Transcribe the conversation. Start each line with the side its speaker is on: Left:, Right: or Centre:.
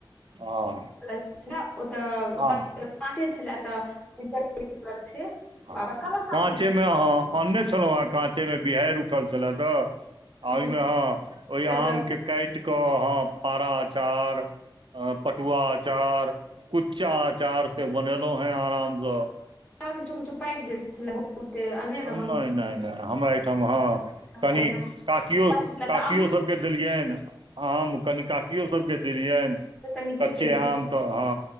Right: हँ
Left: ओ त
Right: हँ
Left: काँचे छल त कि करबै तैयदुआरे छै
Right: आ
Left: बड़का बड़का
Right: काँचे
Left: भेल
Right: मे अहाँ अनने छलहुं हें काँचे मे बिहाड़ि उठल छले
Left: हुँ
Right: ओहिमे हँ ओहि
Left: तऽ
Right: आम के काटि क हंँ फाराचार अ पटुआ अचार कुच्चा आचार से बनेलो हैं आरामसँ
Left: आ किछु किछु पाइक गेल
Right: <inaudible>
Left: छलै बहुते अने रहम
Right: नै नै नै हमरा एहिठाम हँ
Left: रखल
Right: कनि
Left: मे
Right: काकियो
Left: पाकि गेल तऽ
Right: काकियो
Left: अम्मा
Right: सब देलियनि आम कनी काकियो सबके देलियनि <inaudible>
Left: तऽ नीके
Right: कच्च
Left: केलियै
Right: आम तऽ हँ